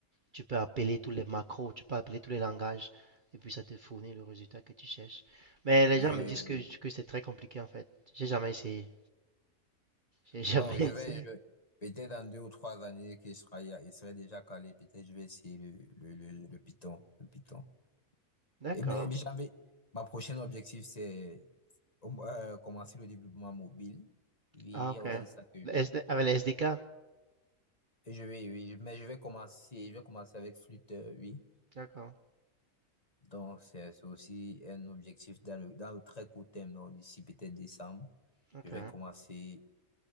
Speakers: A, on the right; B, on the left.
A: Tu peux appeler tous les macros, tu peux appeler tous les langages et puis ça te fournit le résultat que tu cherches. Mais les
B: Oui,
A: gens
B: oui,
A: me Ouais. disent
B: oui.
A: que,
B: oui.
A: que c'est très compliqué en fait. J'ai jamais essayé. J'ai jamais.
B: Bon, je vais,
A: <laughs>
B: je- peut-être dans deux ou trois années qu'il sera, il serait déjà calé. Peut-être je vais essayer le, le, le, le Python, le Python.
A: D'accord.
B: Et même, j'avais, ma prochaine objectif, c'est euh, commencer le développement mobile. Oui, il
A: Ah, ok.
B: y a aussi
A: Ouais.
B: ça que je-
A: Le SD Avec les SDK.
B: Et Je vais, oui, mais je vais commencer, je vais commencer avec flûte, euh, oui.
A: D'accord.
B: Donc, c'est c'est aussi un objectif dans le, dans le très court terme, donc d'ici peut-être décembre,
A: Ok.
B: je vais commencer